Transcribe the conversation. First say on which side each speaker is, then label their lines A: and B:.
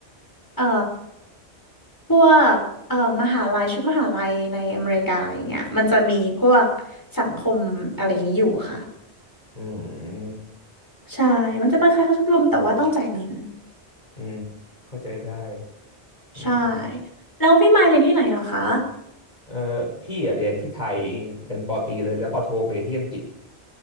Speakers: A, on the left; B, on the left.
A: เอ่อพวกเอ่อมหาลัยชุดมหาลัยในอเมริกาอย่างเงี้ยมันจะมีพวกสังคมอะไรอย่างนี้อยู่ค่ะ
B: <laughs> อืม
A: ใช่มันจะเป็นคล้ายๆชมรมแต่ว่าต้องจ่ายเงิน
B: อืมเข้าใจได้อืม
A: ใช่แล้วพี่มายเรียนที่ไหนเหรอคะ
B: เออพี่อะเรียนที่ไทยเรียนปอตรีเลยแล้วปอโทไปเรียนที่อังกฤษ